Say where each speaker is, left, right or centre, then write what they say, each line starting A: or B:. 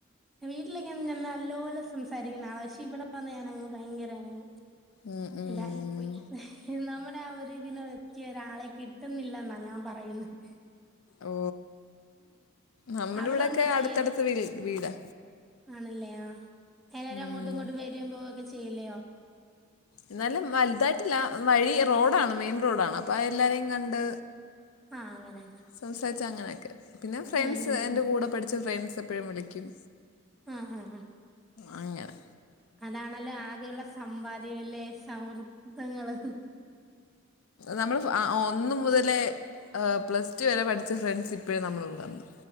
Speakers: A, in the centre; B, on the left.
A: വീട്ടിലൊക്ക ഞാൻ നല്ലോലെ സംസാരിക്കുന്ന ആളെ പക്ഷെ ഇവിടെ വന്ന് ഞൻങ്ങ് ഭയങ്കര ഉം
B: ഉം, ഉം.
A: ഇതായിപ്പോയി നമ്മുടെ ആ ഒരു ഇതിന പറ്റിയ ഒരാളെ കിട്ടുന്നില്ലെന്നാ ഞാൻ പറയുന്നത്
B: ഓ നമ്മുടെ
A: അവിടെ
B: ഇവിടെയൊക്കെ
A: ഉണ്ടോ ചേരാ
B: അടുത്തടുത്ത് വീ വീടാ
A: ആണല്ലേ ആ എല്ലാരും
B: ഉം.
A: അങ്ങോട്ടും ഇങ്ങോട്ടും വരു പോവൊക്കെ ചെയ്ലയോ
B: എന്നാലും വലുതായിട്ടില്ല വഴി റോഡാണ് മെയിൻ റോഡാണ് അപ്പോം എല്ലാവരേും കണ്ട്
A: ആഹ് അങ്ങനെ അങ്ങനെ
B: സംസാരിച്ച് അങ്ങനെയൊക്കെ പിന്നെ ഫ്രണ്ട്സ്
A: ഉം ഉം
B: എൻ്റെ
A: ഉം
B: കൂടെ പഠിച്ച ഫ്രണ്ട്സ് എപ്പോഴും വിളിക്കും
A: ആഹ് ആഹ് ആഹ്
B: അങ്ങെനെ
A: അതാണല്ലോ ആകെയുള്ള സമ്പാദ്യം അല്ലെ സൗഹൃദങ്ങള്
B: നമ്മള് ഫ ആ ഓ ഒന്ന് മുതലേ പ്ലസ് ടു വരെ പഠിച്ച ഫ്രണ്ട്സ് ഇപ്പോഴും നമ്മളെ കൂടെ ഉണ്ട്